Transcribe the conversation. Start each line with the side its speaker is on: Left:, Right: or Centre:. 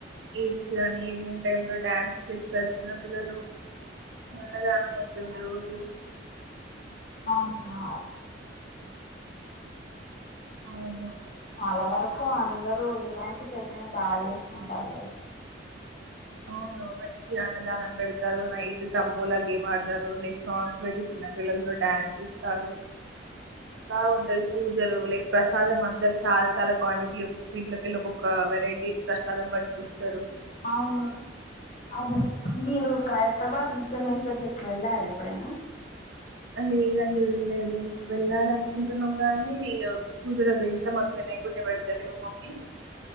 Right: గేమ్స్ కానీ ఈవినింగ్ టైమ్ లో డ్యాన్సెస్ ఇస్తారు చిన్నపిల్లలు అన్నదానం ఉంటుంది రోజు
Left: అవునా
Right: అవును
Left: అలవర అందరు వినాయక చవితనే బాగా చేసుకుంటారు కదా
Right: అవును మంచి అన్నదానం పెడతారు నైట్ తంబూలా గేమ్ ఆడతారు, నైక్ సాంగ్స్ పెట్టి చిన్నపిల్లలతో డాన్స్ చేస్తారు బాగుంటది పూజలు లైక్ ప్రసాదం అందరు చాలా చాలా క్వాంటిటీ ఒక్కొక్క ఇంట్లకెళి ఒక్కొక్క వెరైటీ ప్రసాదం పట్కొస్తారు
Left: అవును అది మీరు కైరాబాద్ గణేష్ దగ్గరికి వెళ్ళారు ఎప్పుడైనా
Right: లేదండి వెళ్ళలేదు వెళ్ళాలి అనుకుంటున్నాం గాని, కుదరదు ఇంత మాకు వినయకుణ్య పెడతుంది మా మమ్మీ